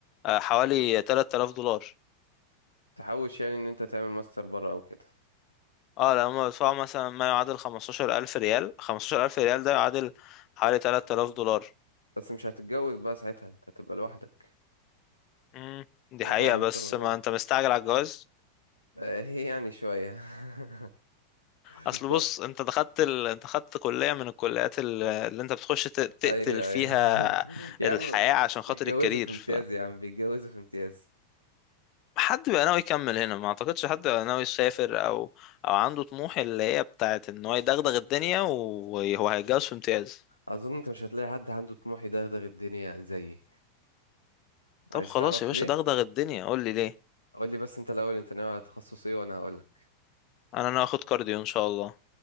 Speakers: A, on the left; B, on the left.
A: آه، حوالي 3000 دولار
B: تحوش يعني ان انت تعمل ماستر بره او كده
A: اه لو هما بيدفعوا مثلا ما يعادل 15000 ريال 15000 ريال ده يعادل حوالي 3000 دولار
B: بس مش هتتجوز بقى ساعتها انت هتبقى لوحدك
A: امم دي
B: الموضوع
A: حقيقة
B: هيطول
A: بس ما
B: اه
A: انت مستعجل على الجواز
B: آه، هي يعني شوية <laughs>
A: اصل
B: طب
A: بص انت دخلت ال... انت خدت كلية من الكليات ال- اللي انت بتخش ت- تقتل
B: ايوه
A: فيها
B: ايوه <laughs> يا
A: الحياة
B: عم
A: عشان خاطر
B: بيتجوزوا
A: الكارير
B: في امتياز يا عم بيتجوزوا في امتياز
A: حد بقى ناوي يكمل هنا ما اعتقدش حد بقى ناوي يسافر او او عنده طموح اللي هي بتاعت ان هو يدغدغ الدنيا وهو هيتجوز في امتياز
B: اظن انت مش هتلاقي حد عنده طموح يدغدغ الدنيا زيي
A: طب
B: عايز
A: خلاص
B: تعرف
A: يا باشا
B: ليه
A: دغدغ الدنيا قول لي ليه
B: قول لي بس انت الاول انت ناوي على تخصص ايه وانا هقول لك
A: انا ناوي اخد كارديو ان شاء الله